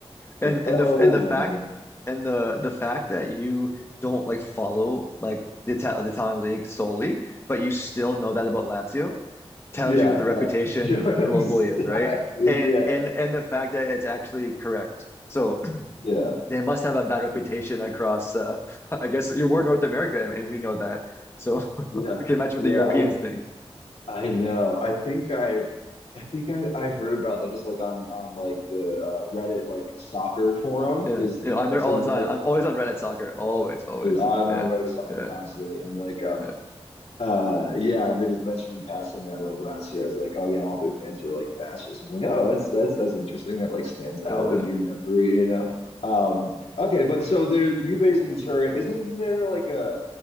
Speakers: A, on the left (about 25°); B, on the left (about 75°).
A: And
B: Oh
A: and the and the
B: my
A: fact
B: God.
A: and the the fact that you don't like follow like the, Ita the Italian league solely, but you still know that about Lazio, tells
B: Yeah,
A: you what the
B: that
A: reputation
B: <laughs> yeah,
A: gl globally
B: exactly.
A: is, right? And
B: Yeah.
A: and and the fact that it's actually correct. So <clears throat>
B: Yeah.
A: they must have a bad reputation across. Uh, <laughs> I guess you are North America, and, and we know that. So <laughs>
B: Yeah.
A: I can imagine
B: Yeah.
A: what the Europeans
B: I
A: think.
B: I know. I think I I think I, I heard about that just like on on like the uh, Reddit like soccer forum
A: Yeah,
B: is
A: you
B: uh,
A: know, I'm there
B: someone
A: all the time.
B: was like,
A: I'm always on Reddit soccer. Always, always.
B: dude, I'm
A: Yeah,
B: on Reddit soccer
A: yeah,
B: constantly. I'm like, um
A: yeah,
B: Uh, yeah, and they just mentioned in passing that like last year, I was like, oh yeah, all their fans are like fascists. I was like, oh, that's that's that's interesting. That like stands out
A: yeah,
B: in your memory, you know. Um, okay, but so there, Juve's in Turin. Isn't there like a